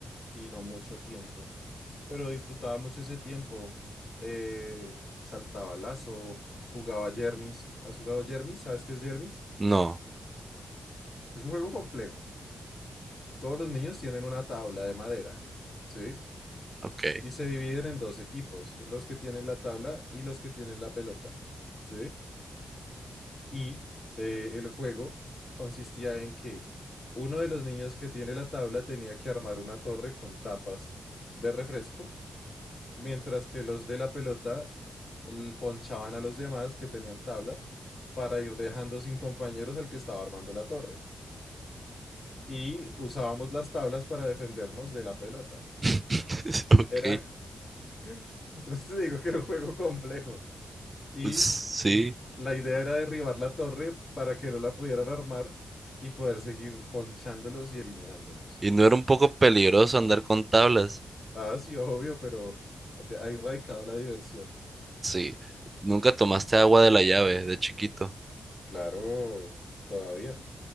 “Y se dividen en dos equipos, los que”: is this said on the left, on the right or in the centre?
Left